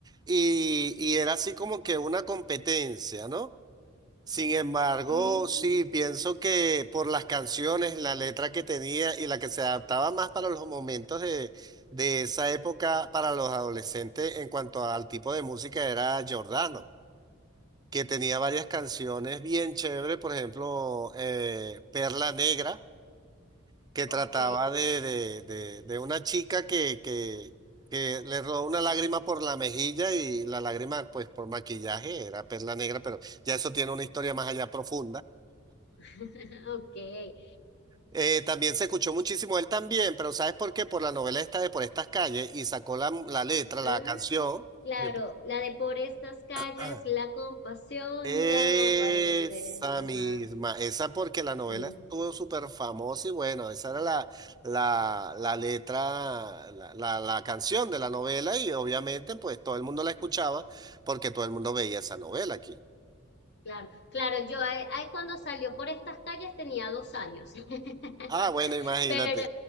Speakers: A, on the right; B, on the left.
A: y, y era así como que una competencia, ¿no? Sin embargo,
B: Mm,
A: sí, pienso que por las canciones, la letra que tenía y la que se adaptaba más para los momentos de, de esa época para los adolescentes en cuanto al tipo de música era Giordano, que tenía varias canciones bien chéveres, por ejemplo, eh, Perla Negra, que
B: ok,
A: trataba de, de- de- de una chica que, que, que le rodó una lágrima por la mejilla y la lágrima pues por maquillaje era Perla Negra, pero ya eso tiene una historia más allá profunda.
B: <laughs> ok.
A: Eh, también se escuchó muchísimo él también, pero ¿sabes por qué? Por la novela esta de Por estas calles y sacó la, la letra, la
B: Ah,
A: canción.
B: claro,
A: de- Por-
B: la de por estas calles,
A: <clears throat>
B: la compasión
A: Esa
B: ya no aparece. Ajá,
A: misma, esa porque la novela
B: sí,
A: estuvo súper famosa y bueno, esa era la, la, la letra, la, la, la canción de la novela y obviamente pues todo el mundo la escuchaba porque todo el mundo veía esa novela aquí.
B: claro, claro, yo ahí ahí cuando salió por estas calles tenía dos años. <laughs> <laughs>
A: Ah, bueno, imagínate.
B: Pero,